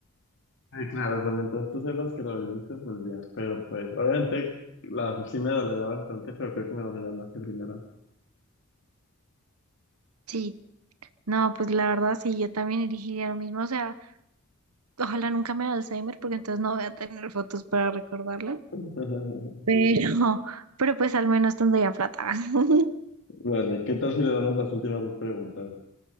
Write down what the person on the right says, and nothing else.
Sí, no, pues la verdad sí, yo también elegiría lo mismo. O sea, ojalá nunca me dé Alzheimer porque entonces no voy a tener fotos para recordarlo.
Pero, <laughs> pero pues al menos tendría plata. <laughs>